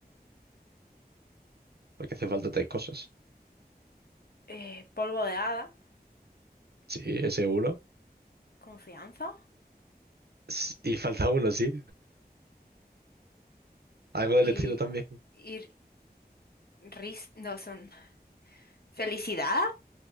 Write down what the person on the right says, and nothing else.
Porque hacen falta tres cosas.
Sí, ese uno.
S- Y falta uno, sí. Algo
del estilo también.